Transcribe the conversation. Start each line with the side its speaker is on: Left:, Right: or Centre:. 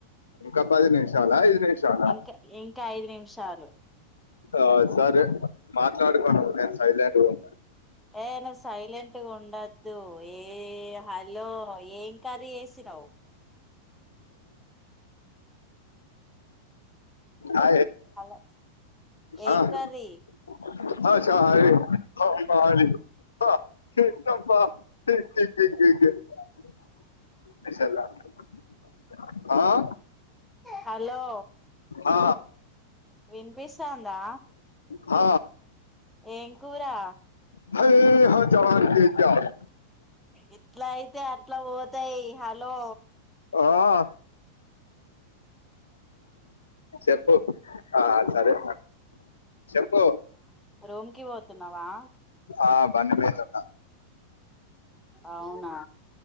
Left: ఇంకా పది నిమిషాలా ఐదు నిమిషాలా
Centre: ఇంకా ఇం ఇంకా ఐదు నిమిషాలు
Left: ఆ సరే మాట్లాడుకో నువ్వు నేను సైలెంట్గా ఉంటా
Centre: ఏ నువ్వు సైలెంట్గా ఉండద్దు ఏ హలో ఏం కర్రి చేసిర్రు ఔ
Left: ఆ
Centre: హలో ఏం
Left: ఆ <unintelligible>
Centre: కర్రీ
Left: ఆ <unintelligible> <unintelligible> ఆ
Centre: హలో
Left: ఆ
Centre: వినిపిస్తాందా
Left: ఆ
Centre: ఏం కూరా
Left: <unintelligible> హా జవాన్ కే జాన్
Centre: ఇట్లా అయితే అట్లా పోతాయి హలో
Left: ఓ ఆ చెప్పు ఆ సరే చెప్పు
Centre: రూంకి పోతున్నావా
Left: ఆ బండి మీద ఉన్న
Centre: అవునా